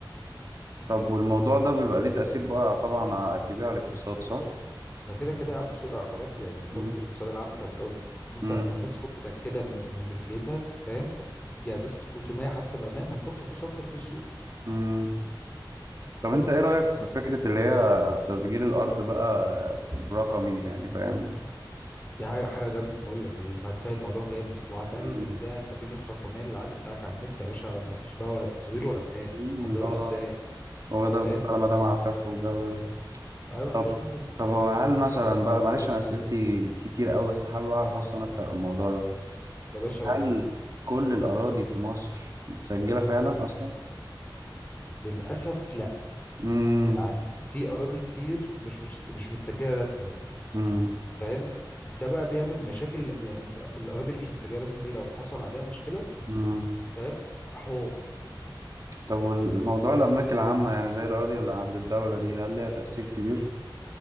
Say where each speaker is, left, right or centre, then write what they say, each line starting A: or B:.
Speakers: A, on the right; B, on the left.
A: طب والموضوع ده بيبقى ليه تأثير بقى طبعا ع- كبير على الاقتصاد صح؟
B: ما كده كده يا عم سوق العقارات يعني مرتبط
A: مم.
B: بالاقتصاد العام بتاع الدولة انت
A: امم
B: لما الناس تكون متأكدة من من ملكيتها فاهم يعني الناس تكون طول ما هي حاسة بأمان هتضخ فلوس اكتر في السوق
A: امم طب انت ايه رأيك في فكرة اللي هي تسجيل الأرض بقى برقمي يعني فاهم؟
B: دي حاجة حاجة جامدة بقول لك ما هتسهل الموضوع جامد وهتقلل
A: مم.
B: النزاع انت في نسخة رقمية للعد بتاعك على النت يا باشا ما فيش بقى ولا تزوير ولا بتاع
A: مم.
B: هتزوره
A: اللي هو
B: ازاي
A: هو ده
B: فاهم
A: بتطلع لمدام عفاف والجو ده
B: ايوه ما فيش
A: طب
B: منه
A: طب هو هل مثلا بقى معلش انا اسئلتي كتير قوي بس حابب اعرف اصلا اكتر عن الموضوع ده
B: يا باشا
A: هل
B: ولا يهم
A: كل الاراضي في مصر متسجله فعلا اصلا
B: للأسف لا
A: امم
B: يعني في أراضي كتير مش مش مش متسجلة رسمي
A: امم
B: فاهم ده بقى بيعمل مشاكل يعني ال- الأراضي اللي مش متسجلة رسمي دي لو حصل عليها مشكلة
A: امم
B: فاهم حوار
A: طب والموضوع الاملاك العامه يعني زي الاراضي اللي عند الدوله دي هل ليها تاثير كبير